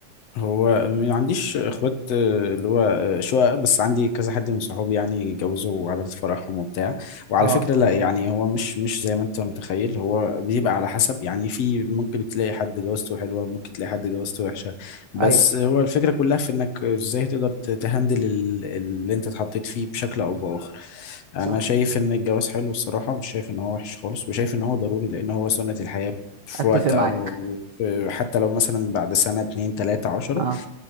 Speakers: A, on the left; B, on the right.
A: هو ما عنديش اخوات آه، اللي هو آه، شقق بس عندي كذا حد من صحابي يعني جوزوا وعادات فرحهم وبتاع وعلى
B: اه
A: فكرة لا يعني هو مش مش زي ما انت متخيل هو بيبقى على حسب يعني في ممكن تلاقي حد جوازته حلوة ممكن تلاقي حد جوازته وحشة بس
B: ايوه
A: هو الفكرة كلها في انك ازاي تقدر ت- تهندل ال- اللي انت اتحطيت فيه بشكل او بآخر
B: صح
A: انا شايف ان الجواز حلو الصراحة مش شايف ان هو وحش خالص وشايف ان هو ضروري لان هو سنة الحياة في
B: اتفق
A: وقت
B: معاك
A: او في- حتى لو مثلا بعد سنة اتنين تلاتة عشرة
B: اه